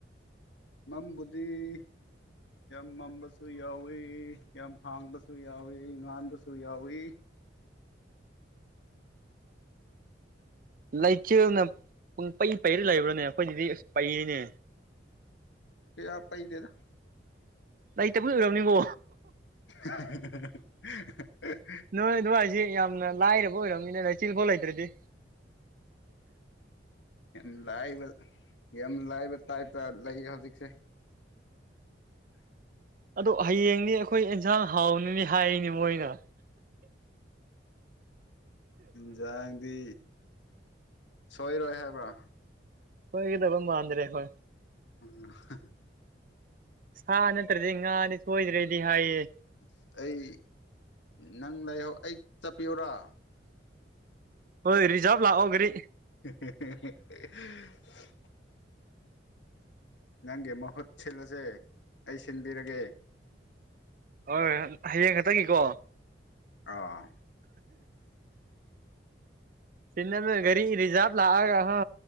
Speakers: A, on the left; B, on the right.
A: ꯃꯝꯕꯨꯗꯤꯤ ꯌꯥꯝ ꯃꯝꯕꯁꯨ ꯌꯥꯎꯏꯤ ꯌꯥꯝ ꯍꯥꯡꯕꯁꯨ ꯌꯥꯎꯏꯤ ꯉꯥꯟꯕꯁꯨ ꯌꯥꯎꯏꯤ
B: ꯂꯩꯆꯦꯜꯅ ꯄꯨꯡ ꯄꯩ ꯄꯩꯔ ꯂꯩꯕ꯭ꯔꯥꯅꯦ ꯑꯩꯈꯣꯏꯗꯗꯤ ꯑꯁ ꯄꯩꯅꯦ
A: ꯀꯌꯥꯄꯥꯏꯗꯔ
B: ꯂꯩꯇꯕꯗꯤ ꯑꯣꯏꯔꯝꯅꯤꯀꯣ
A: <inaudible>
B: ꯅꯣꯏ ꯑꯗꯨ ꯍꯥꯏꯁꯤꯦ ꯌꯥꯝꯅ ꯂꯥꯏꯔꯕ ꯑꯣꯏꯔꯕꯝꯅꯤꯅ ꯂꯥꯏꯆꯤꯜ ꯐꯥꯎ ꯂꯩꯇ꯭ꯔꯗꯤ
A: ꯎꯝ ꯑꯦ ꯏꯕ ꯌꯥꯝ ꯂꯥꯏꯕ ꯇꯥꯏꯞꯇ ꯂꯩ ꯍꯧꯖꯤꯛꯁꯦ
B: ꯑꯗꯣ ꯍꯌꯦꯡꯅꯤ ꯑꯩꯈꯣꯏ ꯑꯦꯟꯁꯥꯡ ꯍꯥꯎꯅꯤꯅꯤ ꯍꯥꯏꯔꯤꯅꯤ ꯃꯣꯏꯅ
A: ꯏꯖꯥꯡꯗꯤ ꯁꯣꯏꯔꯣꯏ ꯍꯥꯏꯕ꯭ꯔꯥ
B: ꯍꯣꯏꯒꯗꯕ ꯃꯥꯟꯗ꯭ꯔꯦ ꯍꯣꯏ
A: ꯎꯝ
B: ꯁꯥ ꯅꯠꯇ꯭ꯔꯗꯤ ꯉꯥꯗꯤ ꯁꯣꯏꯗ꯭ꯔꯦꯗꯤ ꯍꯥꯏꯌꯦ
A: ꯑꯁ ꯑꯩ ꯅꯪ ꯂꯥꯏꯍꯧ ꯑꯩ ꯆꯠꯄꯤꯌꯧꯔꯥ
B: ꯍꯣꯏ ꯔꯤꯖꯥꯚ ꯂꯥꯛꯑꯣꯈꯔꯤ
A: <inaudible> ꯅꯪꯒꯤ ꯃꯍꯨꯠ ꯁꯤꯜꯂꯁꯦ ꯑꯩ ꯁꯤꯟꯕꯤꯔꯒꯦ
B: ꯍꯣꯏ ꯍꯣꯏ ꯍꯌꯦꯡ ꯈꯛꯇꯒꯤꯀꯣ
A: ꯑ
B: ꯁꯤꯅꯗ ꯒꯥꯔꯤ ꯔꯤꯖꯥꯕ ꯂꯑꯒ ꯍ